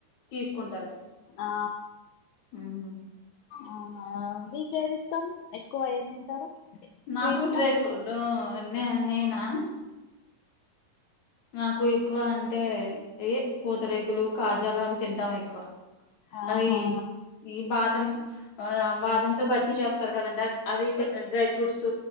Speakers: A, on the left (about 60°); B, on the left (about 85°).
A: తీసుకుంటారు
B: ఆ
A: ఉమ్
B: అవునా మీకేది ఇష్టం ఎక్కువ ఏంది తింటారు
A: నాకు
B: స్వీట్స్
A: డ్రై
B: లా
A: ఫ్రూట్ నేనా నాకు ఎక్కువ అంటే ఏ పూతరేకులు కాజాలు అవి తింటాం ఎక్కువ
B: ఆహా
A: అవి ఈ బాదం బాదంతో బర్ఫీ చేస్తారు కదండి అ అవి డ్రై ఫ్రూట్స్